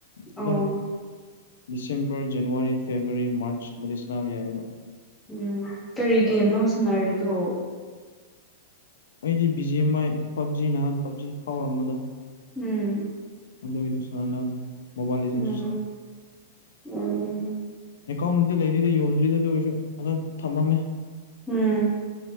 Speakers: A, in the centre; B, on the left.
A: ꯑꯣ
B: ꯑꯗꯨꯝ ꯗꯤꯁꯦꯝꯕꯔ ꯖꯅꯋꯥꯔꯤ ꯐꯦꯕꯋꯥꯔꯤ ꯃꯥꯔꯆꯀꯨꯝꯕꯗꯩ ꯁꯅꯥꯕ ꯌꯥꯏꯑꯦꯕ
A: ꯎꯝ ꯀꯔꯤꯒꯦꯝꯅꯣ ꯁꯥꯟꯅꯔꯤꯗꯣ
B: ꯑꯩꯗꯤ ꯕꯥꯞ ꯖꯤ ꯑ ꯃꯥꯏ ꯄꯞꯖꯤ ꯅꯍꯥꯟ ꯄꯞꯖꯤ ꯐꯥꯎꯔꯝꯕꯗꯣ
A: ꯎꯝ
B: ꯑꯗꯨꯒꯤꯗꯨ ꯁꯥꯟꯅꯩ ꯃꯣꯕꯥꯏ ꯂꯤꯖꯦꯟ
A: ꯎꯝ ꯎꯝ
B: ꯑꯦꯀꯥꯎꯟꯗꯤ ꯂꯩꯔꯤꯗ ꯌꯣꯟꯗ꯭ꯔꯤꯗ ꯑꯗꯨ ꯑꯣꯏꯔꯁꯨ ꯑꯗꯨꯝ ꯊꯝꯃꯝꯃꯦ
A: ꯎꯝ